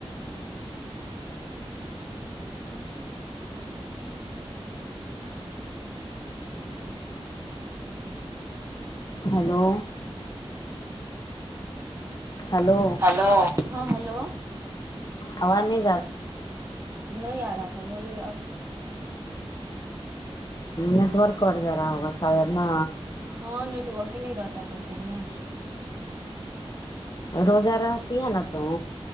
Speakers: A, on the left; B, on the right.
A: ہیلو ہیلو
B: ہیلو ہاں ہیلو
A: آواز نئی
B: نہیں آ رہا تھا بولیے اب
A: نیٹورک کٹ جا رہا ہوگا شاید نا
B: ہاں نیٹ ورک ہی نہیں رہتا ہے کبی کبی ںا
A: روزہ رہتی ہے نا تو